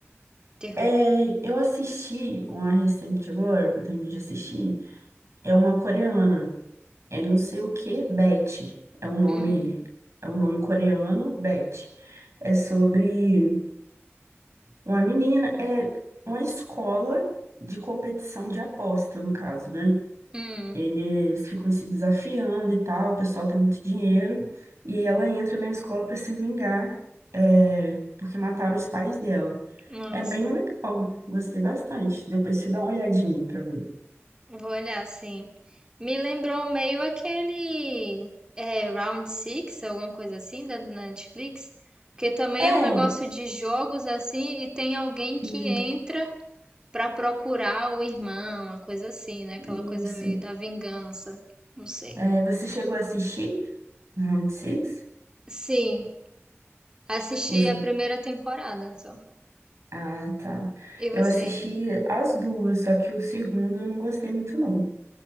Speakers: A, on the right; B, on the right.
A: terror.
B: é, eu assisti uma recente agora, que eu tenho de assistir, é uma coreana, é não sei o que, Betty, é um nome,
A: Uhum.
B: é um nome coreano, Betty. É sobre Uma menina é uma escola de competição de aposta, no caso, né?
A: Hum,
B: Eles ficam se desafiando e tal, o pessoal tem muito dinheiro, e ela entra na escola para se vingar, é, porque mataram os pais dela.
A: nossa,
B: É bem legal, gostei bastante. Depois você dá uma olhadinha para ver.
A: vou olhar sim Me lembrou meio aquele é, Round Six, alguma coisa assim, da da Netflix, que também
B: É,
A: é um negócio de jogos assim, e tem alguém
B: hum,
A: que entra pra procurar o irmão, uma coisa assim, né? Aquela
B: isso.
A: coisa meio da vingança, não sei.
B: É, você chegou a assistir Round Six?
A: Sim, assisti
B: Os...
A: a primeira temporada só.
B: Ah, tá.
A: E
B: Eu
A: você?
B: assisti as duas, só que o segundo eu não gostei muito, não.